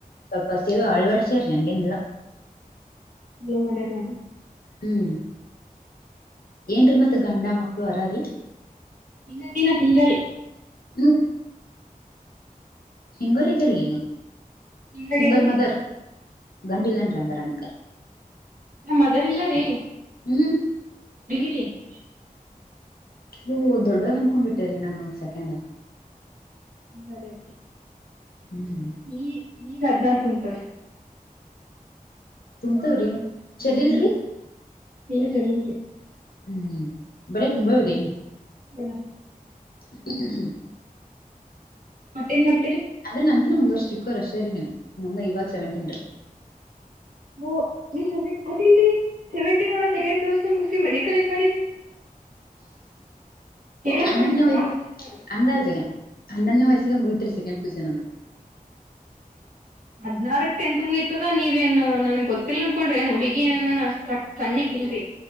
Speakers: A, on the left; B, on the right.
A: ಸ್ವಲ್ಪ ಸೇ ಅಳ್ವಡ್ಸ್ಯಾರಿ ಹಂಗೇನಿಲ್ಲ
B: ಚಲೋ ಮಾಡ್ಯಾರ್ ನೋಡ್ರಿ
A: ಹ್ಮ್ ಏನ್ರಿ ಮತ್ತೆ ಗಂಡ ಮಕ್ಳು ಅರಾರೀ
B: ನಾನ್ ಇನ್ನ ಸಿಂಗಲ್
A: ಹ್ಮ ಸಿಂಗಲ್ ಇದೀರಿ
B: ನಿಮ್ದಾಗ್ಯಾದ್ರಿ?
A: ಸಿಂಗಲ್ ಮದರ್ ಗಂಡಲ್ನ್ರಿಂಗಾರ ನಿಮ್ಗೆ
B: ನಮ್ಮ್ ಮದರ್ ಇಲ್ಲರಿ
A: ಹ್ಮ್
B: ರೀ <inaudible>
A: ಓ ದೊಡ್ಡವರ್ ಅನ್ಕೊಬಿಟ್ಟೇರಿ ನಾನ ಒಂದ್ ಸೆಕೆಂಡ್
B: ಬರೀ
A: ಹ್ಮ್
B: ಈ ಈಗ ಹದ್ನಾರ ತುಂಬತಾವ್ರೀ
A: ತುಂಬ್ತಾವ್ರಿ ಚರ್ಲ್ರಿ
B: ಹ್ಮ್ ಇಲ್ಲ ಚಲೋರಿ
A: ಹ್ಮ್ ಬೆರಿ ತುಂಬಾ ಬೆರಿರಿ
B: <unintelligible>
A: <unintelligible>
B: ಮತ್ತೇಏನ್ ಮಾಡ್ತಾರೆ
A: ಅಂದ್ರೆ ನಂತಿನ ಮುಂದ್ ವರ್ಷ ಚಿಕ್ಕೋರ್ ಅಷ್ಟೇರರಿ ನೀವು ನಮ್ದ ಇವಾಗ ಸೆವೆಂಟೀನ್
B: ಓ ಸೇವೆಟೀನ್ ರೀ ಅದ್ಹೇಗ್ರಿ ಸೇವೆಟೀನ್ ಒಳ್ಳಗೆ second P U C medical ಹೆಂಗ್ ಮಾಡಿರಿ ಹೇಳಕ್ಕೆ
A: ಹನ್ನೊಂಡನೆ
B: ಒಂದ್ ಸ್ವಲ್ಪ ಬಾಳ್ ವಿಚಿತ್ರ ಅದ್ರಿ.
A: ಅಂದಾಜಿಗೆ ಹನ್ನೊನೇ ವಯಸ್ಸಿಗೆ ಮುಗತಿರಿ ಸೆಕೆಂಡ್ ಪಿ ಯು ಸಿ ನಂದು
B: ಹದ್ನಾರಕ್ ಟೆಂತ್ ಮುಗಯತದ ನೀವೇನ್ ನನ್ಗ್ ಗೊತ್ತಿಲ್ಲ ಅನ್ಕೊಂಡ್ರೆನ್ ಹುಡುಗಿ ಏನ ಸಣ್ಣಿಕ್ ಇಲ್ರಿ